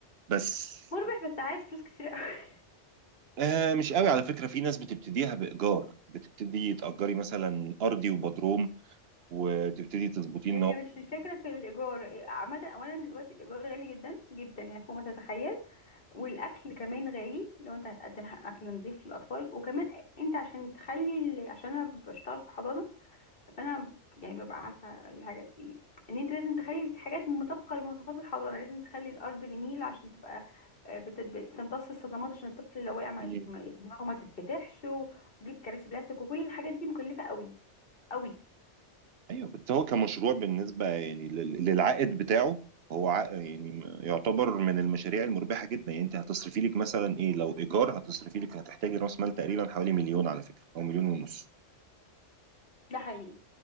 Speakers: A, on the right; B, on the left.
A: بس
B: مربح بس عايز فلوس كتير قوي <laughs>
A: آه مش قوي على فكرة في ناس بتبتديها بإيجار بتبتدي تأجري مثلا أرضي وبدروم وتبتدي تظبطيه
B: هي
A: إن
B: مش الفكره في الايجار عامه اولا دلوقتي الايجار غالي جدا جدا يعني فوق ما تتخيل والاكل كمان غالي لو انت هتقدم ح- اكل نظيف للاطفال وكمان انت عشان تخلي ال- عشان انا بشتغل في حضانه فانا يعني ببقى عارفه الحاجات دي ان انت لازم تخلي الحاجات مطابقه لمواصفات الحضانه لازم تخلي الارض بنيل عشان تبقى آه، بت- بتمتص الصدمات عشان الطفل لو وقع ما
A: هو
B: يت- ما يت- دماغه ما تتفتحش وجيب كراسي بلاستيك وكل الحاجات دي مكلفه قوي قوي
A: ايوه بس هو كمشروع بالنسبه يعني لل- للعائد بتاعه هو عائد يعني م- يعتبر من المشاريع المربحه جدا يعني انت هتصرفي لك مثلا ايه لو ايجار هتصرفي لك هتحتاجي راس مال تقريبا حوالي مليون على فكره او مليون ونص
B: ده حقيقي